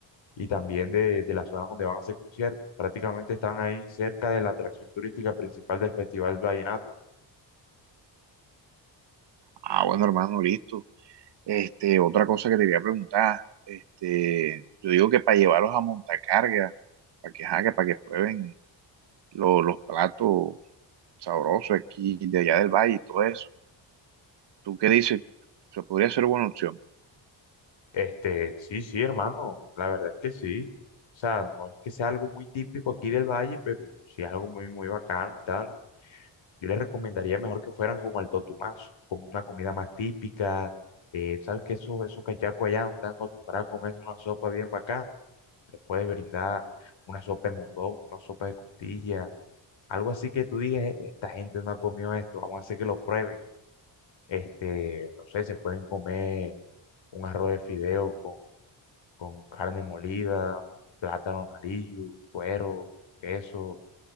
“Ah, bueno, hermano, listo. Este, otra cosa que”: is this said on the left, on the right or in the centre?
Right